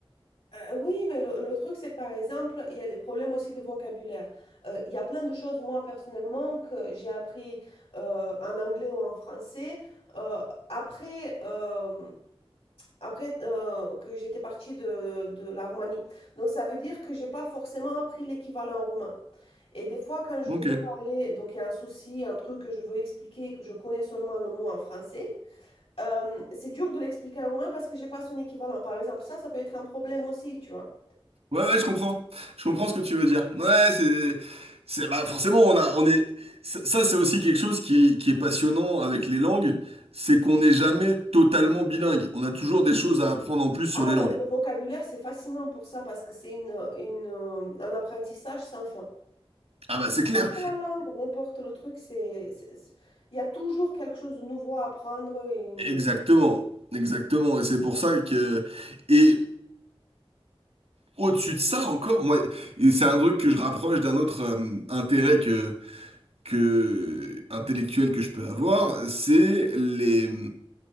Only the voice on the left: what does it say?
Euh, oui, mais le, le truc, c'est que par exemple, il y a des problèmes aussi de vocabulaire. Euh, il y a plein de choses, moi, personnellement, que j'ai appris euh, en anglais ou en français. Euh, après euh, après euh, que j'étais partie de, de la Roumanie. Donc, ça veut dire que j'ai pas forcément appris l'équivalent roumain. Et des fois, quand je
veux parler, donc il y a un souci, un truc que je veux expliquer, que je connais seulement le mot en français, euh, c'est dur de l'expliquer en roumain parce que j'ai pas son équivalent. Par exemple, ça, ça peut être un problème aussi, tu vois.
Ah,
le,
le vocabulaire, c'est fascinant pour ça parce que c'est une, une, euh, un apprentissage sans fin.
N'importe
la langue, n'importe le truc, c'est, c'est- c'est- il y a toujours quelque chose de nouveau à apprendre. et-